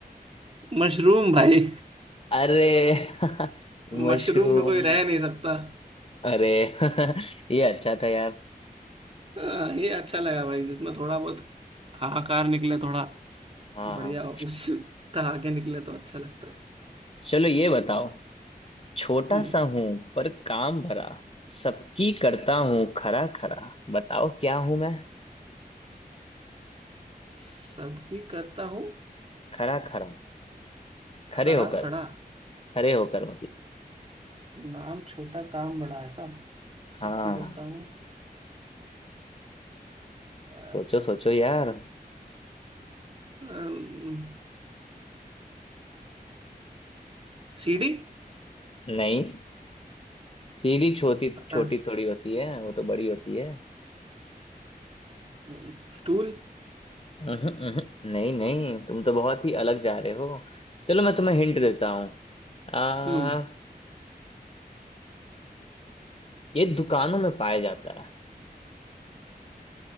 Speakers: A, on the right (about 35°); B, on the left (about 40°).
A: मशरूम भाई
B: अरे <laughs> मशरूम
A: मशरूम में कोई रह नहीं सकता
B: अरे <laughs> ये अच्छा था यार
A: अ, ये अच्छा लगा भाई जिसमें थोड़ा बहुत हाहाकार निकले थोड़ा
B: हाँ
A: बढ़िया
B: हाँ।
A: हो कुछ ठहाके निकले तो अच्छा लगता है
B: चलो ये बताओ छोटा
A: हम्म
B: सा हूं पर काम भरा सबकी करता हूँ खरा खरा बताओ क्या हूं मैं
A: सबकी करता हूँ
B: खरा खरा खरे
A: खड़ा
B: होकर
A: खड़ा
B: खरे होकर मतलब
A: नाम छोटा काम बड़ा ऐसा
B: हाँ
A: सबकी करता हूँ अ,
B: सोचो सोचो यार
A: अम, सीढ़ी
B: नहीं सीढ़ी छोटी
A: पता
B: छोटी
A: है
B: थोड़ी होती है वो तो बड़ी होती है
A: हम्म, स्टूल
B: उहुं, उहुं, नहीं नहीं तुम तो बहुत ही अलग जा रहे हो चलो मैं तुम्हें हिंट देता हूँ आ
A: हम्म
B: ये दुकानों में पाया जाता है